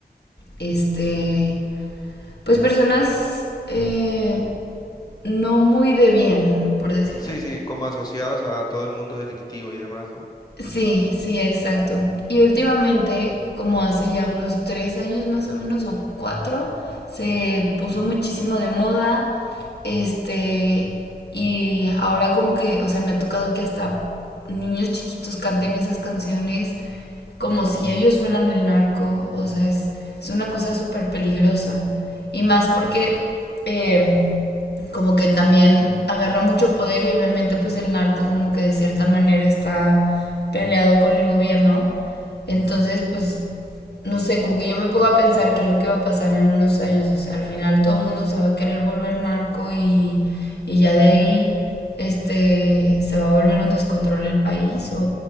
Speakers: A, on the left (about 75°); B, on the left (about 20°).
A: este, pues personas eh, no muy de bien, por decirlo
B: Sí,
A: así.
B: sí, como asociados a todo el mundo delictivo y demás, ¿no?
A: Sí, sí, exacto. Y últimamente, como hace ya unos tres años más o menos, o cuatro, se puso muchísimo de moda. Este, y ahora como que, o sea, me ha tocado que hasta niños chiquitos canten esas canciones como si ellos fueran el narco. O sea, es, es una cosa súper peligrosa. Y más porque eh, como que también agarra mucho poder y obviamente pues el narco como que de cierta manera está peleado con el gobierno. Entonces pues no sé, como que yo me pongo a pensar que lo que va a pasar en unos años, o sea, al final todo el mundo se va a querer volver narco y, y ya de ahí este se va a volver un descontrol el país o,